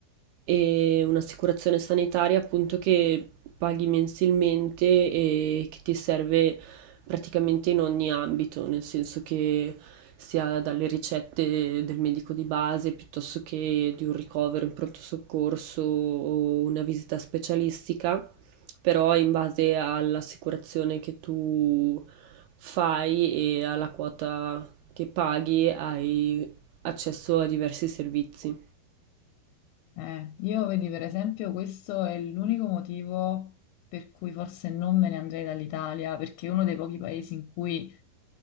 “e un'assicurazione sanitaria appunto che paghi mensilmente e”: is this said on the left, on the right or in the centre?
Right